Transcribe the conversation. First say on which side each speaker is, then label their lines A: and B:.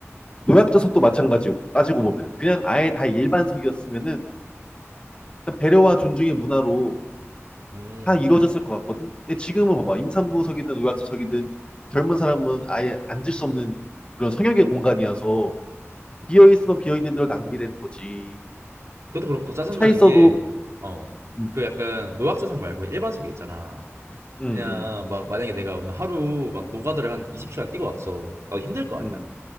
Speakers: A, on the left; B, on the right.
A: 노약자석도 마찬가지고 따지고 보면 은 그냥 아예 다 일반석이었으면은 그냥 배려와 존중의 문화로
B: 음.
A: 다 이루어졌을 것 같거든. 근데 지금은 봐봐. 임산부석이든 노약자석이든 젊은 사람은 아예 앉을 수 없는 그런 성역의 공간이어서 비어 있으면 비어 있는 대로 낭비되는 거지.
B: 그것도 그렇고 더 짜증나는
A: 차 있어도
B: 게 어.
A: 음,
B: 그 약간 노약자석 말고 일반석이 있잖아.
A: 음,
B: 그냥
A: 음.
B: 막 만약에 내가 오늘 하루 막 노가다를 한 20시간 뛰고 왔어. 나도 힘들 거 아니야.
A: 음.